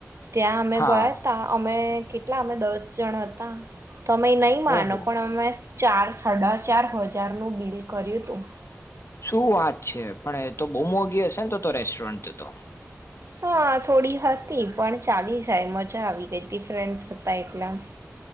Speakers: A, on the right; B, on the left.
A: ત્યાં અમે
B: હા
A: ગયા તા અમે કેટલા અમે દસ જણ હતા. તમે નહી માનો
B: ઓહો
A: પણ અમે ચાર સાડા ચાર હજાર નું બિલ કર્યું હતું.
B: શું વાત છે પણ એ તો બહુ મોગી હસે ન તો તો રેસ્ટોરન્ટ તો,
A: હા થોડી હતી પણ ચાલી જાય મજા આવી ગઈ હતી ફ્રેન્ડસ હતા એટલા,